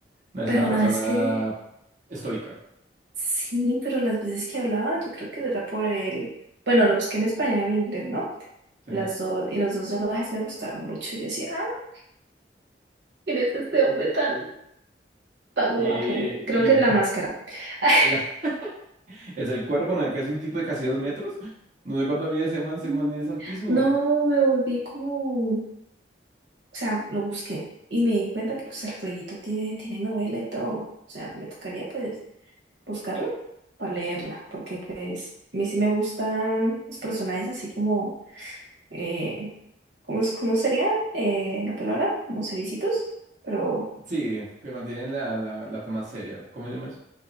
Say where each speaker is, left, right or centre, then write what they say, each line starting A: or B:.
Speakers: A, on the right (about 45°); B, on the right (about 85°).
A: No, es
B: pero
A: una persona
B: la vez que...
A: estoica,
B: Sí, pero las veces que hablaba, yo creo que era por el... Bueno, lo busqué en español e inglés, ¿no?
A: ¿sí?
B: Las dos, y los dos doblajes me gustaron mucho. Yo decía, ah, ¿quién es este hombre tan, tan guapo?
A: Y,
B: Creo que es la
A: y
B: máscara.
A: <laughs>
B: <laughs>
A: la- es el cuerpo, ¿no? Que es un tipo de casi dos metros. No sé cuánto mide ese man, ese
B: Mm,
A: man es altísimo.
B: No, me volví como, o sea, lo busqué y me di cuenta que pues el fueguito tiene, tiene novela y todo. O sea, me tocaría pues buscarlo para leerla, porque pues a mí sí me gustan los personajes así como, eh, ¿cómo, es- cómo sería eh, la palabra? Como cericitos, pero
A: Sí, que mantienen la, la, la toma seria. ¿Cómo se llama eso?